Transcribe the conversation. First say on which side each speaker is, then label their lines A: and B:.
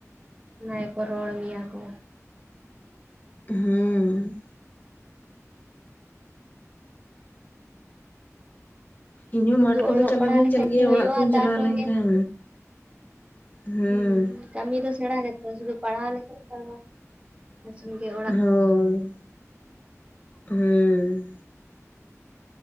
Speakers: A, on the right (about 25°); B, on the left (about 35°).
A: ᱚᱱᱟ ᱜᱮᱠᱚ ᱨᱚᱲ ᱢᱮᱭᱟ ᱠᱚ
B: ᱦᱮᱸ ᱤᱧ ᱦᱚᱸ
A: ᱥᱩᱫᱷᱩ
B: ᱢᱟᱴᱷ ᱠᱚᱫᱚ
A: ᱚᱞᱚᱜ
B: ᱪᱟᱞᱟᱣ
A: ᱯᱟᱲᱦᱟᱣ
B: ᱫᱩᱧ
A: ᱞᱮᱠᱷᱟᱡ
B: ᱪᱟᱞᱟᱜ ᱜᱮᱭᱟ
A: ᱜᱮ ᱦᱩᱭᱩᱜᱼᱟ
B: ᱚᱲᱟᱜ ᱠᱩᱧ
A: ᱛᱟᱨ
B: ᱪᱟᱞᱟᱣ
A: ᱥᱚᱸᱜᱮ
B: ᱞᱮᱱᱠᱷᱟᱱ ᱦᱮᱸ
A: ᱦᱩᱸ ᱠᱟᱹᱢᱤ ᱫᱚ ᱥᱮᱬᱟ ᱜᱮᱛᱚ ᱥᱩᱫᱩ ᱯᱟᱲᱦᱟᱣ ᱞᱮᱠᱷᱟᱱ ᱵᱟᱝ ᱟᱡᱚᱢ ᱜᱮ
B: ᱦᱳᱭ ᱦᱮᱸ